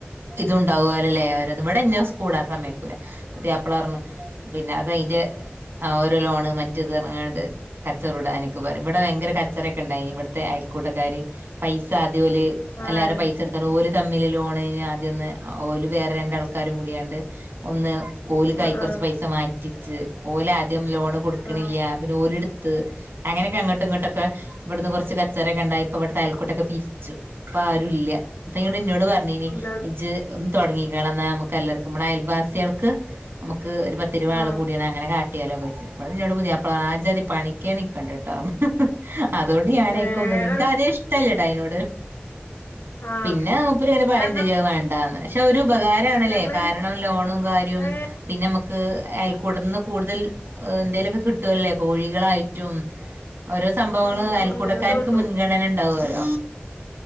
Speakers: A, on the right; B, on the left.
A: ഇത്ണ്ടാവു വിലയാ ഇവരത് ഇവിടെ ഇന്നെ <unintelligible> ഇടാൻ സമ്മയിക്കൂല പുതിയാപ്പളർഞ്ഞ് പിന്നെ അത് അയിന്റെ ഓരോ ലോണ് മറ്റത് പറഞ്ഞ്ങ്ങാണ്ട് കച്ചറ കൂടാന് ക്കെ പറയും ഇവിടെ ഭയങ്കര കച്ചറൊക്കെ ഇണ്ടായിന് ഇവിടത്തെ അയൽക്കൂട്ടക്കാര് പൈസ ആദ്യം ഓല്
B: ആഹ്
A: എല്ലാരെ പൈസടുത്താണ് ഓല് തമ്മില് ലോണിന് ആദ്യം ഒന്ന് ഓല് വേറെ രണ്ടാള് ആൾക്കാരും കൂടിയാണ്ട് ഒന്ന് ഓല്ക്കായി
B: ആഹ്
A: കൊറച്ച്
B: ആഹ്
A: പൈസ മാറ്റി ച്ച് ഓലാ ദ്യം ലോണ് കൊടുക്കണില്ല്യ
B: ആഹ്
A: പിന്നെ ഒരിടത് ത് അങ്ങനെക്കെ അങ്ങട്ട് ഇങ്ങോട്ടൊ ഒക്കെ ഇവിടുന്ന് കൊറച്ച് കഞ് അച്ചാരരെ കണ്ടായി ഇപ്പവിടെത്തെ അയൽക്കൂട്ടൊക്കെ പിരിച്ചു ഇപ്പ ആരൂല്ല്യ അപ്പൊ <unintelligible> എന്നോട് പറഞ്ഞേനി
B: ആഹ് എല്ലാ
A: ഇജ് ഉം തുടങ്ങികള ന്ന നമ്മക്ക് എല്ലാർക്കുംഅമ്മളെ അയൽവാസികൾക്ക് നമു ക്ക് ഒരു പത്ത് രൂപ ആള്
B: ആഹ്
A: കൂടിയലഅങ്ങെനെ കാട്ടിയാലോക് ഇബട എന്നോടാ പുതിയാപ്ല ആ ജാതി പണിക്കേ നിക്കണ്ടണ്ടിട്ടോ ഹി ഹി ഹി അതുകൊണ്ട് ഞാനെ
B: ഏഹ്
A: അയക്കുന്നത് എനിക്കാദ്യേ
B: അൽ
A: ഇഷ്ടല്ല ഐനോട്
B: ആഹ്
A: പിന്നെ മൂപ്പർ ഇങ്ങനെ പറയും
B: ഞങ്ങ
A: ചെയ്യും വേണ്ടാന്ന് പക്ഷെ ഒരു ഉപകാരണല്ലേ
B: ഞങ്ങളേലിപ്പം
A: കാരണം ലോണും കാര്യവും
B: ഏഹ്
A: പിന്നെ നമ്മുക്ക് അയൽക്കൂട്ടന്ന് കൂടുതൽ എന്തേലൊക്കെ കിട്ടുവല്ലേ കോഴികളായിറ്റും ഓരോ സംഭവങ്ങള്
B: ഉം ഉം
A: അയൽക്കൂട്ടക്കാർക്ക്
B: ഉം അങ്ങനത്തെ കിട്ടും
A: മുൻഗണന എണ്ടാവരോ